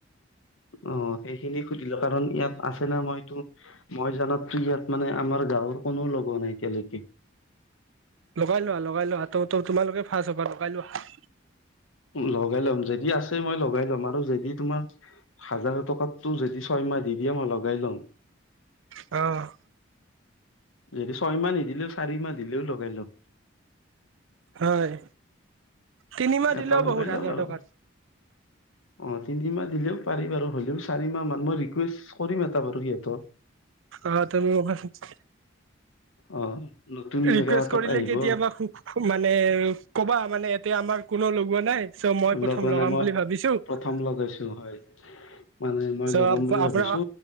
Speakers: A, on the left (about 80°); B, on the right (about 75°).
A: অ' সেইখিনি সুধিলো কাৰণ ইয়াত আছে না মইটো মই জানাত টো ইয়াত মানে আমাৰ গাঁৱৰ কোনো লগোৱা নাই এতিয়ালৈকে।
B: লগাই লোৱা লগাই লোৱা ত ত তোমালোকে ফাৰ্ষ্ট হ'বা লগাই লোৱা।
A: লগাই ল'ম যদি আছে মই লগাই ল'ম আৰু যদি তোমাৰ হাজাৰ টকাতো যদি ছয়মাহ দি দিয়ে মই লগাই লম।
B: অঁ।
A: যদি ছয় মাহ নিদিলেও চাৰি মাহ দিলেওঁ লগাই লম।
B: হয় তিনিমাহ
A: এটা
B: দিলেওঁ
A: লগাই
B: বহুত
A: লওক
B: হাজাৰ
A: আৰু
B: টকাত।
A: অ তিনিমাহ দিলেওঁ পাৰি বাৰু, হ'লেও চাৰিমাহ মান মই ৰিকুৱেষ্ট কৰিম এটা বাৰু সিহঁতৰ।
B: অ <unintelligible>
A: অ নতুন
B: ৰিকুৱেষ্ট
A: জেগা এটাত
B: কৰিলে
A: আহিব
B: কেতিয়াবা সুখ মানে ক'বা মানে এতিয়া আমাৰ কোনো লগোৱা নাই চ মই প্ৰথম
A: লগোৱা
B: লগাম
A: নাই মই
B: বুলি ভাবিছোঁ
A: প্ৰথম
B: চ
A: লগাইছো হয় মানে মই লগাম
B: আপোনাৰ
A: বুলি ভাবিছো
B: আ